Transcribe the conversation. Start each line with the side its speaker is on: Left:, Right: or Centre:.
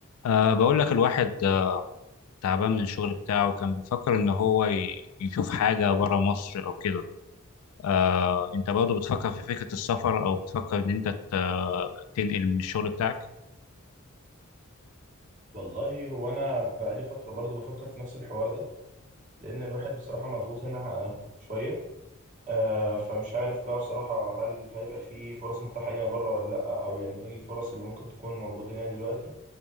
Left: أه بقول لك الواحد آه، تعبان من الشغل بتاعه كان بيفكر إن هو ي- يشوف حاجة بره مصر أو كده أه أنت برضه بتفكر في فكرة السفر أو بتفكر إن أنت ت- تنقل من الشغل بتاعك
Right: والله هو انا بقالي فتره برضو بفكر في نفس الحوار ده لان الواحد بصراحه مضغوط هنا ع- شويه آه، فمش عارف بقى بصراحه هل هيبقى في فرص متاحه لنا بره ولا لا او يعني ايه الفرص اللي ممكن تكون موجوده لنا دلوقتي